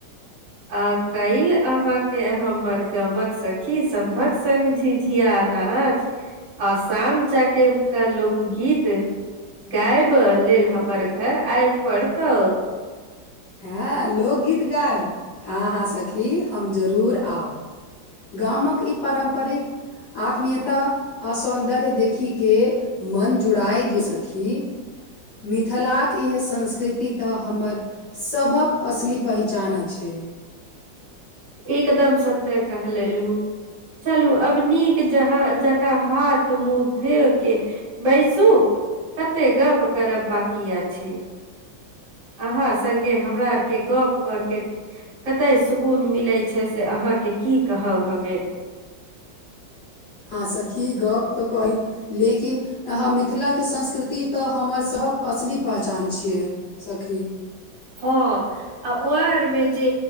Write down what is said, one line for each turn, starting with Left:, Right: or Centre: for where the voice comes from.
Right: आ काइल अहाँके हमर गमक सखी सम्भक सङ्ग झिझिया अनाच आ शाम चाकेब का लोकगीत गायब लेल हमर घर आइ पड़तौ
Left: हँ लोकगीत गायब हँ हँ सखी हम जरूर आब गामक ई पारम्परिक आत्मीयता आस सौन्दर्य देखिके मन जुड़िए गेल सखी मिथिलाक इह संस्कृति तऽ हमर सभक असली पहिचान छै त
Right: एकदम सत्य कह लेलहु चलू अब नीक जहाँ जक हाथ मुँह धोके बैसू कते गप करब बाँकी या छै अहाँ सङ्गे हमरा आरके गप्प करके कतय सुकून मिलै छै से अहाँ अहाँके की कहब हमे
Left: अहाँ सखी गप तऽ कहौ लेकिन अहाँ मिथिलाके संस्कृति तऽ हमर सभक असली पहचान छियै सखी
Right: हँ आ ओ आरमे जे